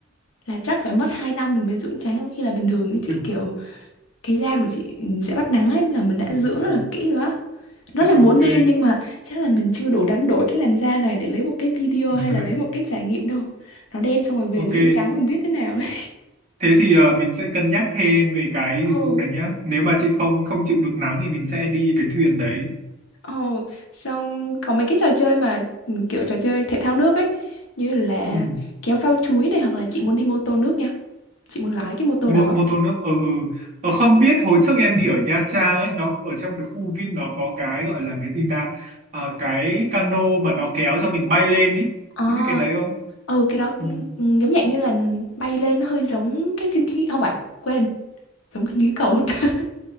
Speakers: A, on the left; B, on the right.
A: là chắc phải mất 2 năm mình mới dưỡng trắng trong khi là bình thường ấy, chị
B: Ừ.
A: kiểu cái da của chị sẽ bắt nắng ấy là mình đã
B: Ừ.
A: dưỡng
B: Ừ.
A: rất là kỹ rồi á rất
B: Thế
A: là
B: rồi
A: muốn
B: ok
A: đi nhưng mà chắc là mình chưa đủ đánh đổi cái làn da này để lấy một cái video
B: <laughs>
A: hay là lấy một cái trải nghiệm đâu nó đen xong rồi về
B: ok
A: dưỡng trắng không biết thế nào <laughs> đấy
B: Thế thì ờ, mình sẽ cân nhắc thêm về cái dịch
A: ừ
B: vụ này nhá. Nếu mà chị không không chịu được nắng thì mình sẽ đi cái thuyền đấy.
A: ừ <laughs> xong có mấy cái trò chơi mà ừ, kiểu trò chơi thể thao nước ấy như là
B: Ừ.
A: kéo phao chuối này hoặc là chị muốn đi mô tô nước nha chị muốn lái cái mô tô
B: Mô,
A: đó
B: mô tô nước. Ừ, ừ. Ờ, không biết hồi trước em đi ở Nha Trang ấy, nó ở trong cái khu Vin nó có cái gọi là cái gì ta? Ờ, cái cano mà nó kéo cho mình bay lên ấy.
A: ờ
B: Chị biết cái đấy không?
A: ừ cái đó
B: Ừ.
A: cũng- cũng giống dạng như là bay lên nó hơi giống cái khinh khí không phải quên giống khinh khí cầu <laughs>